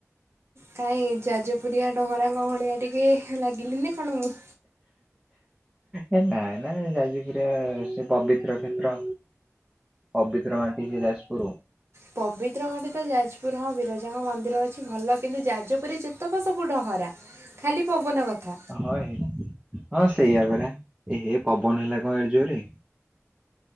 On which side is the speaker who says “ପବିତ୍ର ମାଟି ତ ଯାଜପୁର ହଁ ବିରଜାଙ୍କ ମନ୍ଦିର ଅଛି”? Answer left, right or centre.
Right